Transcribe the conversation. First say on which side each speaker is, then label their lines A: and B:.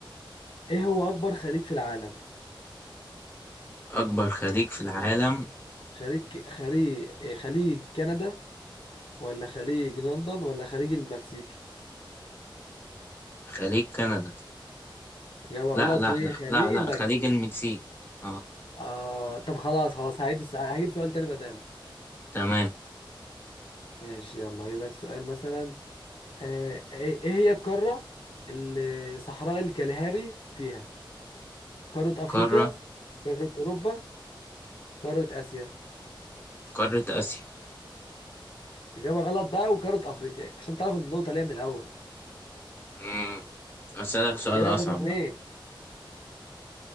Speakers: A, on the left (about 75°); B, on the left (about 25°).
A: إيه هو أكبر خليج في العالم
B: أكبر خليج في العالم
A: خليج خليج إيه، خليج كندا ولا خليج لندن ولا خليج المكسيك
B: خليج كندا
A: إجابة
B: لا
A: غلط
B: لا
A: وهي
B: لا
A: خليج
B: لا لا
A: المكسيك
B: خليج المكسيك اه
A: آه طب خلاص خلاص هعيد الس- هجيب سؤال تاني بداله
B: تمام
A: ماشي يلا هجيب لك سؤال مثلا آه، ايه إيه هي القارة اللي صحراء الكالهاري فيها قارة افريقيا
B: قارة
A: قارة اوروبا قارة اسيا
B: قارة آسيا
A: اجابة غلط بقى وقارة افريقيا عشان تعرف النقطة ليها من الاول
B: مم. أسألك سؤال
A: كده
B: أصعب
A: 3 2
B: بقى